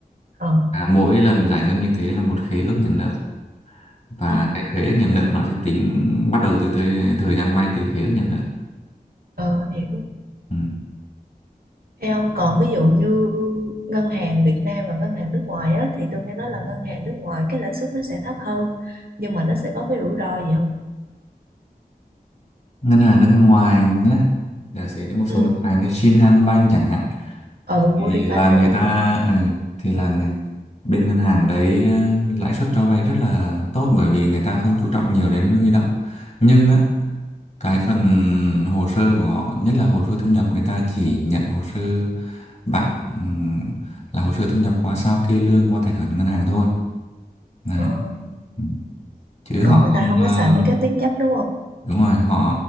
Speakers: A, on the right; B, on the left.
A: ờ
B: à, mỗi lần giải ngân như thế là một khế ước nhận nợ và
A: ừ.
B: cái khế ước nhận nợ nó sẽ tính bắt đầu từ thời, thời gian vay từ khế ước nhận nợ
A: ờ hiểu
B: ừ.
A: Ê ông còn ví dụ như ngân hàng Việt Nam và ngân hàng nước ngoài á, thì tôi nghe nói là ngân hàng nước ngoài cái lãi suất nó sẽ thấp hơn nhưng mà nó sẽ có cái rủi ro gì
B: ngân hàng nước ngoài nhé giả sử như một số
A: ừ
B: ngân hàng như Shinhan Bank chẳng hạn
A: ừ
B: thì
A: Woriban
B: là người
A: rồi đó
B: ta ừ, thì là người, bên ngân hàng đấy ờ, lãi suất cho vay rất là tốt bởi vì người ta không chú trọng nhiều đến huy động nhưng á cái phần hồ sơ của họ nhất là hồ sơ thu nhập người ta chỉ nhận hồ sơ bạn ừm, là hồ sơ thu nhập qua sao kê lương qua tài khoản ngân hàng thôi đấy
A: ờ.
B: Ừ. chứ
A: còn
B: họ
A: người
B: không
A: ta không có
B: ờ,
A: xài mấy cái tiếng chấp đúng không
B: Đúng rồi, họ